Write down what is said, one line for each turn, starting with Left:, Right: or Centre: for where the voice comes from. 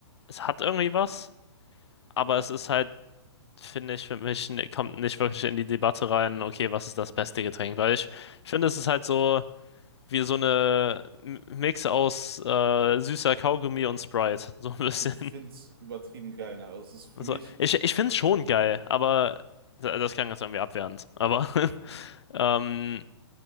Left: es hat irgendwie was, aber
Right: Ja.
Left: es ist halt, finde ich, für mich n- kommt nicht wirklich in die Debatte rein, okay, was ist das beste Getränk? Weil ich, ich finde, es ist halt so wie so eine M- Mix aus äh, süßer Kaugummi und Sprite, so ein bisschen.
Right: Ich find's übertrieben geil, ne? Also, es ist für
Left: Also,
Right: mich,
Left: ich, ich finde es schon geil, aber das klang jetzt irgendwie abwertend. Aber <laughs> ähm,